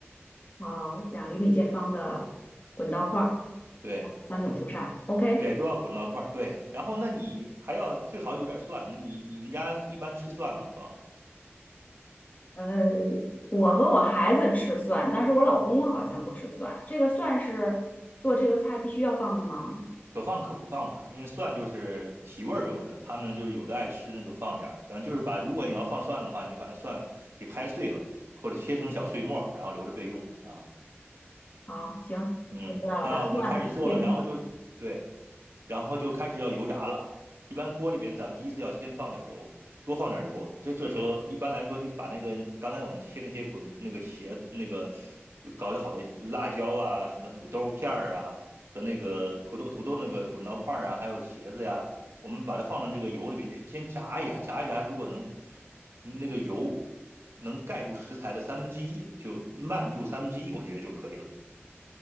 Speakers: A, on the left; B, on the right.
A: 啊，两厘米见方的滚刀块儿，
B: 对
A: 三种蔬菜。OK，
B: 对，都要滚到一块儿。对，然后那你还要最好有点蒜，那你你们家一般吃蒜吗？放
A: 呃，我和我孩子吃蒜，但是我老公好像不吃蒜。这个蒜是做这个菜必须要放的吗？
B: 可放可不放吧，因为蒜就是提味儿用的，他们就是有的爱吃那就放点儿，反正就是把如果你要放蒜的话，你就把那蒜给拍碎了，或者切成小碎末儿然后留着备用啊。
A: 好，行，
B: 嗯，
A: 我知道了，
B: 那我们开始做了，
A: 把蒜切成，
B: 然后就对，然后就开始要油炸了。一般锅里边，咱们第一次要先放点油，多放点油。这这时候一般来说，就把那个刚才我们切那些滚那个茄那个搞得好的辣椒啊，什么土豆片儿啊，和那个土豆土豆那个滚刀块儿啊，还有茄子呀，我们把它放到这个油里边去先炸一下，炸一炸，如果能那个油能盖住食材的三分之一，就慢住三分之一，我觉得就可以了。